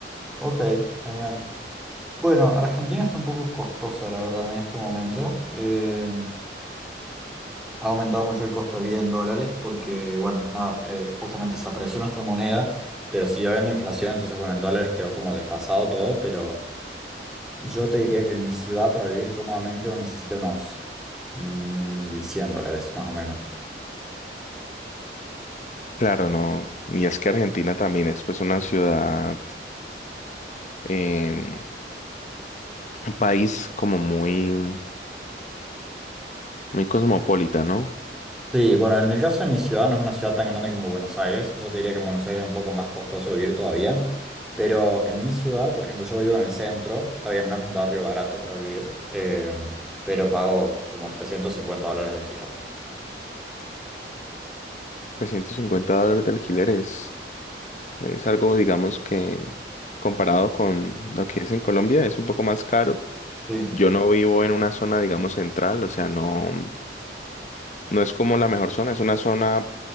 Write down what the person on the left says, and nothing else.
Claro, no. Y es que Argentina también es pues una ciudad, em, un país como muy, muy cosmopolita, ¿no?
trescientos cincuenta dólares de alquileres Es algo, digamos, que comparado con lo que es en Colombia, es un poco más caro.
Yo no vivo en una zona, digamos, central, o sea, no, no es como la mejor zona, es una zona